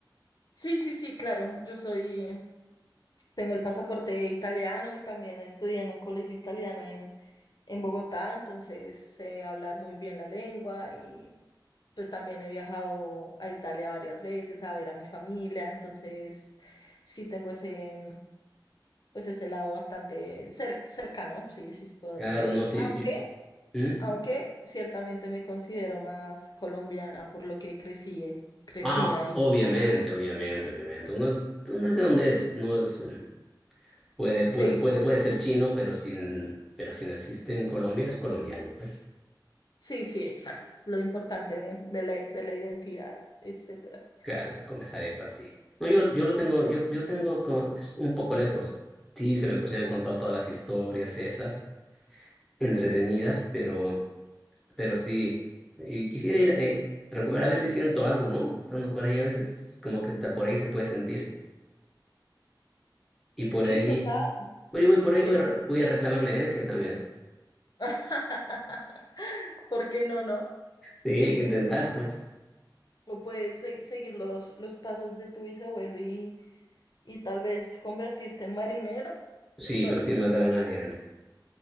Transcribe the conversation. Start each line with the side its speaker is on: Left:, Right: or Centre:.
Left: Sí, sí, sí, claro. Yo soy, tengo el pasaporte italiano y también estudié en un colegio italiano en, en Bogotá, entonces sé hablar muy bien la lengua y pues también he viajado a Italia varias veces a ver a mi familia, entonces sí tengo ese, pues ese lado bastante cer- cercano, sí, sí se podría
Centre: Claro,
Left: decir.
Centre: no, sí.
Left: Aunque
Centre: y- ¿Mm?
Left: Aunque ciertamente me considero más colombiana por lo que crecí, crecí
Centre: Ah,
Left: ahí.
Centre: obviamente, obviamente, obviamente. Uno es, uno es de donde es, no es, mm, puede, puede,
Left: Sí,
Centre: puede, puede ser chino, pero sin, pero si naciste en Colombia, eres colombiano, pues.
Left: sí, sí, exacto. Es lo importante de la, de la identidad, etcétera.
Centre: Claro, sí, con las arepas, sí. No, yo, yo lo tengo, yo, yo tengo como, es un poco lejos. Sí, se me, se me han contado todas las historias esas, entretenidas, pero, pero sí. Y quisiera ir eh, recuperar, a ver si siento algo, ¿no? Estando por ahí, a veces como que está por ahí se puede sentir. Y por
Left: Sí,
Centre: ahí,
Left: total.
Centre: oye, voy, por ahí
Left: Es...
Centre: voy a, re- voy a reclamar la herencia también.
Left: <laughs> ¿Por qué no, no?
Centre: Sí, hay que intentar, pues.
Left: O puedes se- seguir los, los pasos de tu bisabuelo y, y tal vez convertirte en marinero.
Centre: Sí,
Left: No,
Centre: pero sin
Left: y
Centre: matar a nadie antes.